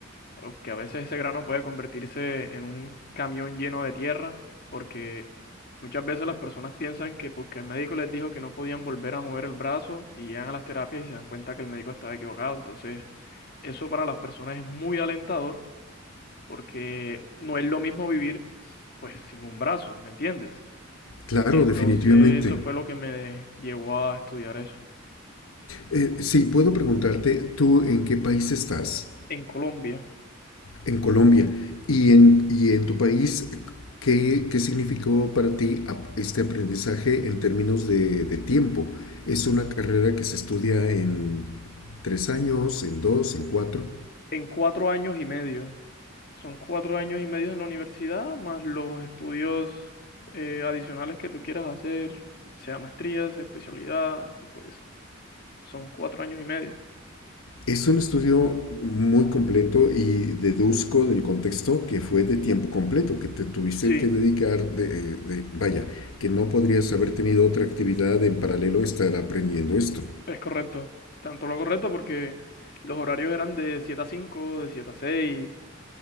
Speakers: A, on the left; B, on the left.
A: o que a veces ese grano puede convertirse en un camión lleno de tierra, porque muchas veces las personas piensan que porque el médico les dijo que no podían volver a mover el brazo y llegan a las terapias y se dan cuenta que el médico estaba equivocado. Entonces, eso para las personas es muy alentador porque no es lo mismo vivir pues sin un brazo, ¿me entiendes?
B: Claro,
A: Entonces,
B: definitivamente.
A: eso fue lo que me llevó a estudiar eso
B: Eh, sí, puedo preguntarte, ¿tú en qué país estás?
A: en Colombia.
B: en Colombia. ¿Y en, y en tu país, qué, qué significó para ti ap- este aprendizaje en términos de, de tiempo? ¿Es una carrera que se estudia en tres años, en dos, en cuatro?
A: en cuatro años y medio. Son cuatro años y medio en la universidad, más los estudios eh, adicionales que tú quieras hacer, sea maestría, sea especialidad, y pues son cuatro años y medio.
B: Es un estudio muy completo y deduzco del contexto que fue de tiempo completo, que te tuviste
A: Sí,
B: que dedicar, de, de- vaya, que no podrías haber tenido otra actividad en paralelo a estar aprendiendo esto.
A: es correcto. Tanto lo correcto porque los horarios eran de 7 a 5, de 7 a 6.